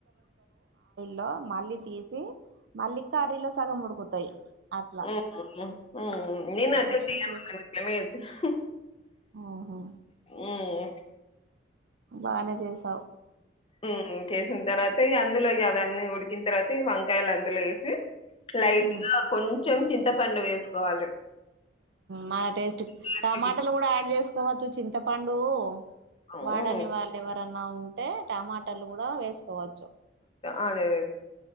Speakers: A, on the right; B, on the left.
A: లో మళ్ళీ తీసి మళ్ళీ కర్రీలో సగం ఉడుకుతాయి. అట్లా.
B: ఉమ్
A: ఉమ్,
B: నేను అట్ చేయ
A: చూస్
B: ఇట్లానే చేస్తున్నా
A: ఓహో!
B: ఉమ్
A: బానే చేసావు
B: ఉమ్ చేసిన తర్వాత ఈ అందులో అవ అన్నీ ఉడికిన తర్వాత ఈ వంకాయలు అందులో వేసి లైట్గా
A: ఉహు
B: కొంచెం చింత పెద్ద పండు వేసుకోవాలి
A: మన టేస్ట్
B: టేస్ట్‌కి.
A: టమాటలు కూడా యాడ్ చేసుకోవచ్చు చింత పండువు
B: హ్మ్.
A: వాడని వాళ్ళు ఎవరన్నా ఉంటే టమాటాలు కూడా వేసుకోవచ్చు
B: ఆద వే